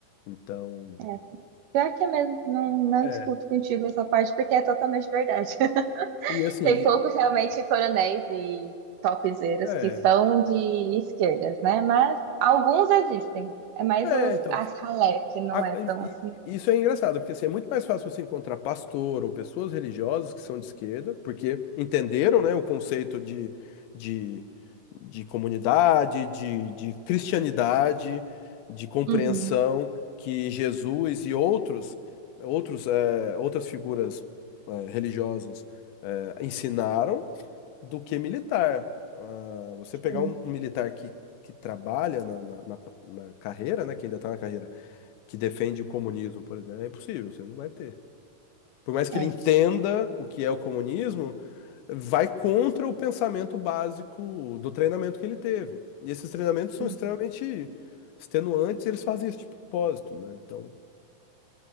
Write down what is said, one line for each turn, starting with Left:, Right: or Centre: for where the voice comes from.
Left: Então
Right: É, é. Pior que é mesmo, não, não
Left: é,
Right: discuto contigo essa parte, porque é totalmente verdade. <laughs>
Left: e assim,
Right: Tem poucos realmente coronéis e topzeiros
Left: é,
Right: que são de esquerdas, né? Mas alguns existem. É mais
Left: é,
Right: os,
Left: então,
Right: as ralé que não
Left: a-
Right: é tão
Left: e-
Right: assim.
Left: e- isso é engraçado, porque assim, é muito mais fácil você encontrar pastor ou pessoas religiosas que são de esquerda, porque entenderam, né, o conceito de, de, de comunidade, de, de cristianidade, de compreensão
Right: Uhum.
Left: que Jesus e outros, outros, eh, outras figuras, eh, religiosas, eh, ensinaram do que militar. Ah, você pegar
Right: Sim.
Left: um, um militar que, que trabalha na, na, na- na carreira, né, que ainda está na carreira, que defende o comunismo, por exemplo, é impossível, você não vai ter. Por mais que
Right: É.
Left: ele entenda o que é o comunismo, vai contra o pensamento básico do treinamento que ele teve. E esses treinamentos são
Right: Uhum.
Left: extremamente extenuantes, e eles fazem isso de propósito, né? Então.